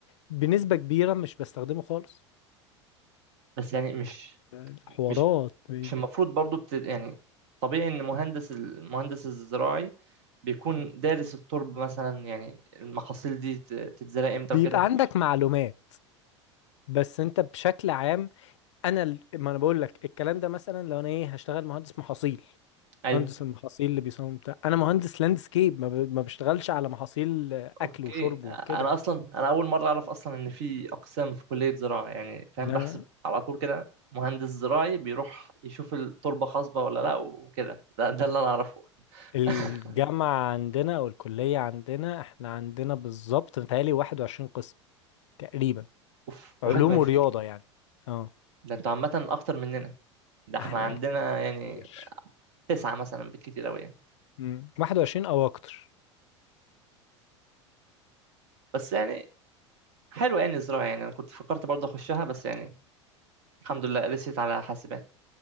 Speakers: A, on the left; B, on the right.
A: بنسبة كبيرة مش بستخدمه خالص
B: بس يعني مش
A: فالحوارات
B: مش
A: بعيدة.
B: مش المفروض برضو بت... يعني طبيعي ان مهندس المهندس الزراعي بيكون دارس التربة مثلا يعني المحاصيل دي ت- تتزرع امتى
A: بيبقى
B: وكده
A: عندك
B: مش بي...
A: معلومات بس انت بشكل عام انا ال- ما انا بقول لك الكلام ده مثلا لو انا ايه هشتغل مهندس محاصيل
B: ايوه
A: مهندس المحاصيل اللي بيصمم بتاع انا مهندس لاندسكيب ما ب- ما بشتغلش على محاصيل
B: اوكي
A: اكل وشرب
B: انا
A: وكده
B: اصلا انا اول مرة اعرف اصلا ان في اقسام في كلية زراعة يعني فاهم
A: لا
B: بحسب على طول كده مهندس زراعي بيروح يشوف التربة خصبة ولا لا وكده ده ده اللي انا اعرفه <laughs>
A: الجامعة عندنا أو الكلية عندنا احنا عندنا بالظبط متهيألي واحد وعشرين قسم تقريبا
B: اوف
A: علوم
B: 21
A: ورياضة يعني اه
B: ده انتوا عامة اكتر مننا ده
A: احنا
B: احنا عندنا
A: كت-
B: يعني
A: كتير
B: تسعة مثلا بالكتير اوي يعني
A: مم. واحد وعشرين أو أكتر
B: بس يعني حلوة يعني الزراعة يعني أنا كنت فكرت برضه أخشها بس يعني الحمد لله رسيت على حاسبات